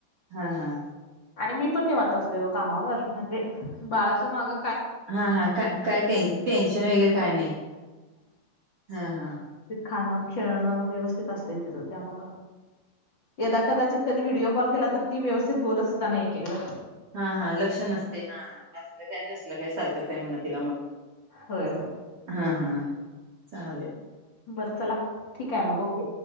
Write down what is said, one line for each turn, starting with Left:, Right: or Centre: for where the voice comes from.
Right: हा हा.
Left: आणि मी पण निेवात असतेो व कामावर म्हणजे बाळाच माग.
Right: हा हा का काय टेन्शन वगैरे काय नाही हा हा.
Left: खां खेळणं व्यवस्थित असते तिथ. त्यामु यदा कदाचित कधी व्हिडिओ कॉल केला तर ती व्यवस्थित बोलत सुद्धा नाही एकदा.
Right: हा हा लक्ष नसते हा असलं काय नसल काय सारखंच आहे म्हणणा तिला मग.
Left: होय होय,
Right: हा हा चाले
Left: बरं चला ठीक आहे मग ओके,